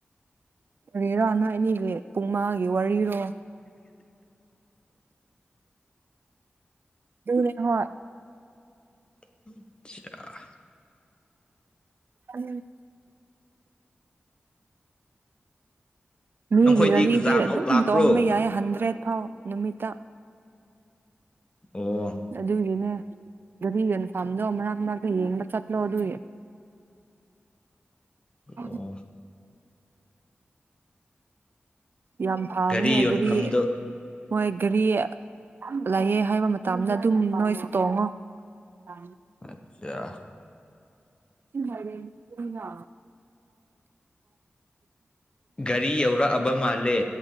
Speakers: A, on the right (about 65°); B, on the left (about 25°).
A: ꯔꯦꯔꯥꯅ ꯑꯅꯤꯒꯤ ꯄꯨꯡ ꯃꯉꯥꯒꯤ ꯋꯥꯔꯤꯔꯣ ꯅ ꯍ
B: ꯑꯆꯥ
A: ꯎ ꯃꯤꯒꯤ
B: ꯅꯈꯣꯏꯗꯤ
A: ꯒꯥꯔꯤꯗꯤ
B: ꯀꯖꯥꯃꯨꯛ
A: ꯑꯗꯨꯝ
B: ꯂꯥꯛꯄ꯭ꯔꯣ
A: ꯇꯣꯡꯕ ꯌꯥꯏ ꯍꯟꯗ꯭ꯔꯦꯠ ꯐꯥꯎ ꯅꯨꯃꯤꯠ
B: ꯑꯣ
A: ꯑꯗꯨꯒꯤꯅꯦ ꯑꯗꯨꯗꯤ ꯌꯦꯟꯐꯥꯝꯗꯣ ꯃꯅꯥꯛ ꯃꯅꯥꯛꯇ ꯌꯦꯡꯕ ꯆꯠꯂꯣ ꯑꯗꯨꯌꯦ ꯑ
B: ꯑꯣ
A: ꯌꯥꯝ ꯐꯕꯅ
B: ꯒꯥꯔꯤ
A: ꯑꯦꯒꯔꯤꯦ
B: ꯌꯣꯟꯐꯝꯗꯣ
A: ꯃꯣꯏ ꯒꯥꯔꯤ ꯂꯑꯦ ꯍꯥꯏꯕ ꯃꯇꯝꯗ ꯑꯗꯨꯝ ꯅꯣꯏꯁꯨ ꯇꯣꯡꯉꯣ ꯑ
B: ꯑꯆꯥ
A: ꯊꯤꯟꯔꯦꯟꯅ
B: ꯒꯥꯔꯤ ꯌꯧꯔꯛꯑꯕ ꯃꯥꯜꯂꯦ